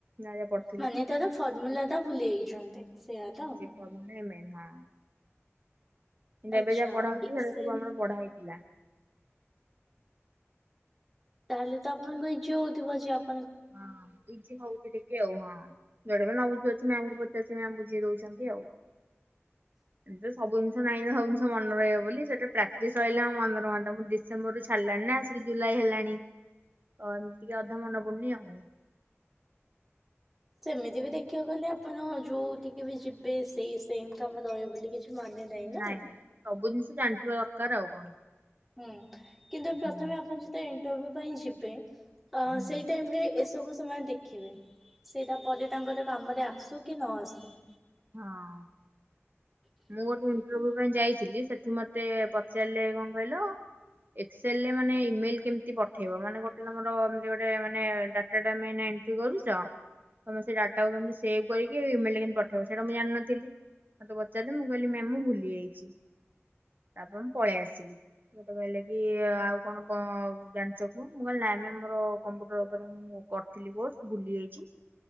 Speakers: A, on the right (about 40°); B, in the centre.
A: ଯାହା ଯାହା ପଡ଼ି
B: ମାନେ ତାର ଫର୍ମୁଲା ଟା ଭୁଲି ଯାଇଛନ୍ତି ସେଇଆ ତ।
A: କର୍ମେମେ <unintelligible> ହଁ। କିନ୍ତୁ
B: ଆଚ୍ଛା
A: ଏବେ ଯାହା ପଢା ହଉଚି
B: ଏକ୍ସେଲ
A: ସେଇରା ସବୁ ଆମର ପଢା ହେଇଥିଲା।
B: ତାହେଲେ ତ ଆପଣଙ୍କ ଇଯି ହଉଥିବ ଯେ ଆପ
A: ହଁ ଇଜି ହୋଇଥିଲେ ଆଉ ହଁ ଯୋଉଟା ନ ବୁଝି ପାରୁଚି ମ୍ୟାାମଙ୍କୁ ପଚାରୁଚି ମ୍ୟାମ ବୁଝେଇ ଦଉଛନ୍ତି ଆଉ।
B: <inaudible>
A: ଏଟାରେ ସବୁ ଜିନିଷା ନାଇଁନା ସବୁ ଜିନିଷ ମନେ ରହିବ ବୋଲି ସେଟା ପ୍ରାଟିସ୍‌ ରହିଲେ ହଁ ମନ ରୁହନ୍ତା ମୁ ଡି ଡିସେମ୍ବରରୁୁ ଛାଡିଲାଣି ନା ଆସିକି ଜୁଲାଇ ହେଲାଣି ତ ଏମିତି ଅଧା ମନେ ପଡ଼ୁନି। ଆଉ
B: ସେମିତି ବି ଦେଖିବାକୁ ଗଲେ ଆପଣ ଯଉଠିକି ବି ଯିବେ ସେଇ ସେମ୍ କାମ ରହିବ ବୋଲି କିଛି ମାନେ ନାହିଁ ନା।
A: ନାଇଁ ସବୁ ଜିନିଷ ଜାଣିଥିବା ଦରକାର ଆଉ କଣ।
B: ହୁଁ କିନ୍ତୁ ପ୍ରଥମେ
A: ହୁଁ
B: ଆପଣ ଯେତେବେଳେ ଇଣ୍ଟରଭ୍ୟୁ ପାଇଁ ଯିବେ ଅ
A: ହୁଁ।
B: ସେଇ ଟାଇମ ରେ ଏସବୁ ସେମାନେ ଦେଖ ଦେଖିବେ ସେଇଟା ପରେ ତାଙ୍କର କାମରେ ଆସୁ କି ନ ଆସୁ
A: ହଁ ମୋ ଠେଇଁ ପାଇଁ ଯାଇଥିଲି ସେଠି ମତେ ପଚାରିଲେ କଣ କହିଲ ଏକ୍ସଲ ରେ ମାନେ ଇମେଲ କେମିତି ପଠେଇବ ମାନେ ଗୋଟେତମର ଏମତି ଗୋଟେ ମାନେ ଡା ଡାଟା ମେନ ଏଣ୍ଟ୍ରି କରୁଚ ତମେ ସେ ଡାଟାକୁ କେମିତି ସେଭ୍ କରିକି ଇମେଲରେ କେମତି ପଠେ ସେଇଟା ମୁଁ ଜାଣିନଥିଲି ମତେ ପଚାରିଲେ ମୁଁ କହିଲି ମ୍ୟାମ ମୁ ଭୁଲି ଯାଇଛି। ତାପରେ ମୁଁ ପଳେଇ ଆସିଲି। ମୋତେ କହିଲେ କି ଆଉ କଣ କଁ ଜାଣିଛ କୁହ ମୁଁ କହିଲି ନାଇଁ ମ୍ୟାମ ମୋର କମ୍ପୁଟର ଉପରେ ମୁଁ କରିଥିଲି କୋର୍ସ ଭୁଲି ଯାଇଛି